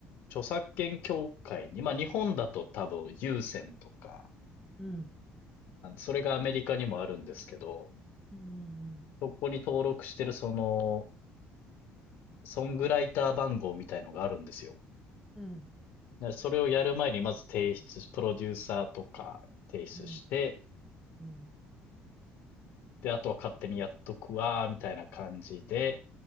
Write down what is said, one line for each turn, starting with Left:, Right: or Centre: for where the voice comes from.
Left: 著作権協会に、まあ日本だと多分有線とか、
Centre: うん
Left: それがアメリカにもあるんですけど、
Centre: うんうん
Left: そこに登録してるその、ソングライター番号みたいのがあるんですよ。
Centre: うん
Left: だからそれをやる前にまず提出プロデューサーとか提出して、
Centre: うんうん
Left: で、あとは勝手にやっとくわ、みたいな感じで、